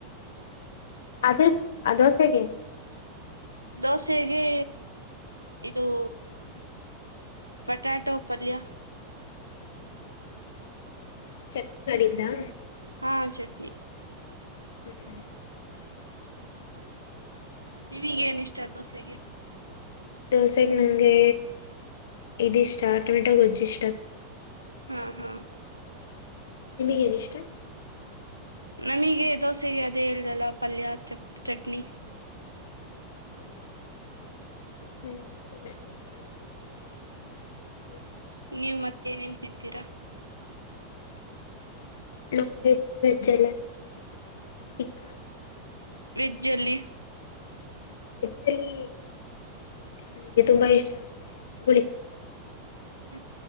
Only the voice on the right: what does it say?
ದೋಸೆಗೆ ಇದು ಪಟಾಟೊ ಪಲ್ಯ
ಹಾ ಚಟ್ನಿ
ನೀವೀಗ ಏನ್ ಇಷ್ಟ ದೋಸೆಗೆ
ಹ್ಮ್ ಹ್ಮ್
ನಮಗೆ ದೋಸೆಗೆ ಅದೇ ಹೇಳ್ದಲ್ಲ ಪಲ್ಯ ಚ ಚಟ್ನಿ
ನೀವ್ ಮತ್ತೆ ಏನೇನ್ ತಿಂತೀರಾ
ವೆಜ್ ಅಲ್ಲಿ
ಹ